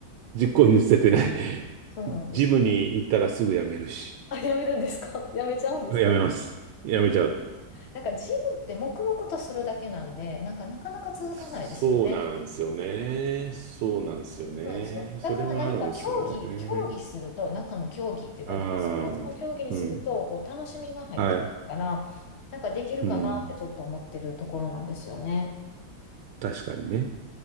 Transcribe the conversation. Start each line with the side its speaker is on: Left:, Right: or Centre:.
Right: 実行に移せてない。<laughs>
Left: そうなんですよ。
Right: ジムに行ったらすぐ辞めるし。
Left: あ、やめるんですか <laughs> やめちゃうんですか
Right: 辞めます。辞めちゃう。
Left: なんかジムって黙々とするだけなんで、なんかなかなか続かないですよね。
Right: そそうなんですよね。そうなんですよね。
Left: そうなんですよ。
Right: それはあるんですよね。
Left: だから何か競技、競技すると、中の競技っていうか、
Right: あ
Left: なんかスポーツの競技にすると、
Right: あ、うん。
Left: こう楽しみが入ってくるから、
Right: はい。
Left: なんかできるかなってちょっと思ってるところなんですよね。
Right: うん。確かにね。